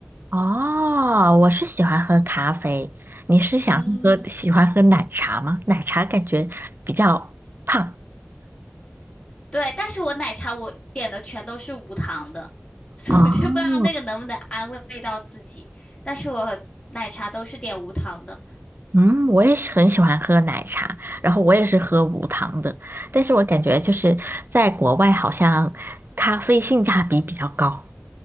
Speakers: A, on the right; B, on the left.
A: 哦，我是喜欢喝咖啡，你是想喝喜欢喝奶茶吗？
B: 嗯。
A: 奶茶感觉比较胖。
B: 对，但是我奶茶我点的全都是无糖的，<laughs> 所以我就不知道那个能不能安慰到自己。
A: 哦，
B: 但是我奶茶都是点无糖的，
A: 嗯，我也是很喜欢喝奶茶，然后我也是喝无糖的，但是我感觉就是在国外好像咖啡性价比比较高。